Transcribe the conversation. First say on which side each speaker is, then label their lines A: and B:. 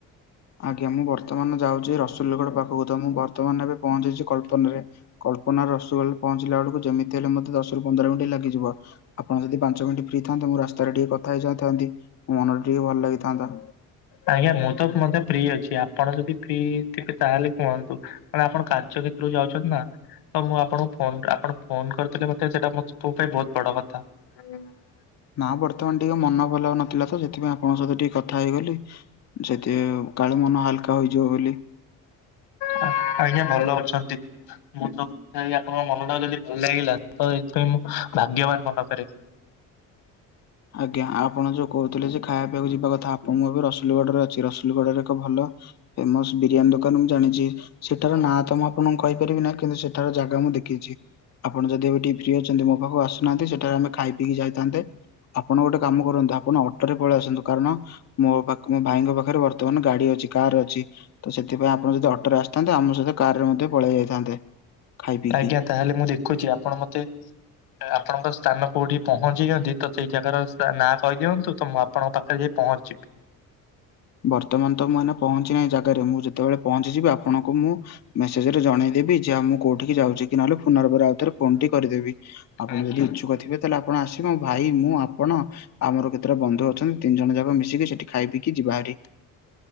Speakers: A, on the left; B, on the left.
A: ଆଜ୍ଞା ମୁଁ ବର୍ତ୍ତମାନ ଯାଉଛି ରସୁଲଗଡ ପାଖକୁ ତ ମୁଁ ବର୍ତ୍ତମାନ ଏବେ ପହଞ୍ଚିଛି କଳ୍ପନ ରେ କଳ୍ପ କଳ୍ପନା ରସୁଲଗ ପହଞ୍ଚିଲା ବେକୁ ଯେମିତି ହେଲେ ମତେ ଦଶ ପନ୍ଦର ମିନିଟ ଲାଗିଯିବ ଆପଣ ଯଦି ପାଞ୍ଚ ମିନିଟ ଫ୍ରିଥାନ୍ତେ ମୁ ରାସ୍ତାରେ ଟିକେ କଥା ହେଇଯାଇଥାନ୍ତି। ମନଟା ଟିକିେ ଭଲ ଲାଗିଥାନ୍ତା।
B: ଆଜ୍ଞା ମୁଁ ତ ମଧ୍ୟ ଫ୍ରି ଅଛି ଆପଣ ଯଦି ଫ୍ରି ଟିକେ ତାହେଲେ କୁହନ୍ତୁ କାଳେ ଆପଣ କାର୍ଯ୍ୟକ୍ଷେତ୍ରକୁ ଯାଉଛନ୍ତି ନା। ତ ମୁଁ ଆପଣଙ୍କୁ ଫୋନ ଆପଣ ଫୋନ କରିଥିଲେ ମତେ ସେଇଟା ମୋ <unintelligible> ପାଇଁ ବହୁତ ବଡ଼ କଥା। ହୁଁ। <inaudible>
A: ନା ବର୍ତ୍ତମାନ ଟିକେ ମନ ଭଲ ନଥିଲା ତ ସେଥିପାଇଁ ଆପଣଙ୍କ ସହିତ ଟିକେ କଥା ହେଇଗଲି। ଯଦିହେଉ କାଳେ ମନ ହାଲକା ହୋଇଯିବ ବୋଲି।
B: ଆ ଆଜ୍ଞା ଭଲ ଅଛନ୍ତି? ମୁଁ ତ କଥା ହେଇ ଆପଣଙ୍କ ମନ ଟାକୁ ଯଦି ଭଲ ଲାଗିଲା ତ ଏଇଥିପାଇଁ ମୁଁ ଭାଗ୍ୟବାନ ମନେକରେ।
A: ଆଜ୍ଞା ଆପଣ ଯୋଉ କହୁଥିଲେ ଯେ ଖାଇବା ପିଇବାକୁ ଯିବା କଥା ଆପଣଙ୍କୁ ଏବେ ରସୁଲଗଡ଼ ରେ ଅଛି ରସୁଲଗଡ଼ ରେ ଏକ ଭଲ ଫେମସ୍ ବିରିୟାନୀ ଦୋକାନ ମୁଁ ଜାଣିଛି। ସେଠାର ନାଁ ତ ମୁଁ ଆପଣଙ୍କୁ କହିପାରିବି ନାହିଁ କିନ୍ତୁ ସେଠାର ଜାଗା ମୁଁ ଦେଖିଛି। ଆପଣ ଯଦି ଏବେ ଟିକେ ଫ୍ରି ଅଛନ୍ତି ମୋ ପାଖକୁ ଆସୁନାହାନ୍ତି ସେଠାରେ ଆମେ ଖାଇ ପିଈକି ଯାଇଥାନ୍ତେ। ଆପଣ ଗୋଟେ କାମ କରନ୍ତୁ ଆପଣ ଅଟୋ ରେ ପଳେଇ ଆସନ୍ତୁ କାରଣ ମୋ ପାଖକୁ ମୋ ଭାଇଙ୍କ ପାଖରେ ବର୍ତ୍ ବର୍ତମାନ୍ ଗାଡି ଅଛି କାର ଅଛି ତ ସେଥିପାଇଁ ଆପଣ ଯଦି ଅଟୋରେ ଆସିଥାନ୍ତେ ଆମ ସହିତ କାର ରେ ମଧ୍ୟ ପଳେଇ ଯାଇଥାନ୍ତେ ଖାଇ ପିଇକି।
B: ଆଜ୍ଞା ତାହେଲେ ମୁଁ ଦେଖୁଛି ଆପଣ ମତେ ଆପଣଙ୍କ ସ୍ଥାନ କୋଉଠି ପହଞ୍ଚିଛନ୍ତି ତ ସେଇ ଜାଗାର ନାଁ କହିଦିଅନ୍ତୁ ତ ଆପଣଙ୍କ ପାଖରେ ଯାଇଁ ପହଞ୍ଚିିଯିବି।
A: ବର୍ତ୍ତମାନ ତ ମୁଁ ଏନା ପହଞ୍ଚି ନାହିଁ ଜାଗାରେ ମୁଁ ଯେତେବେଳେ ପହଞ୍ଚିଯିବି ଆପଣଙ୍କୁ ମୁଁ ମେସେଜ ରେ ଜଣେଇଦେବି ଯେଉ ମୁଁ କୋଉଠିକି ଯାଉଛି କି ନହେଲେ ପୁନର୍ ବାର ଆଉ ଥରେ ଫୋନ ଟି କରିଦେବି। ଆପଣ
B: ଆଜ୍ଞା
A: ଯଦି ଇଚ୍ଛୁକ ଥିବେ ତାହେଲେ ଆପଣ ଆସିବେ ଭାଇ ମୁଁ ଆପଣ ଆମର କେତେଟା ବନ୍ଧୁ ଅଛନ୍ତି ତିନି ଜଣ ଯାକ ମିଶିକି ସେଠି ଖାଇ ପିଇକି ଯିବା ହାରି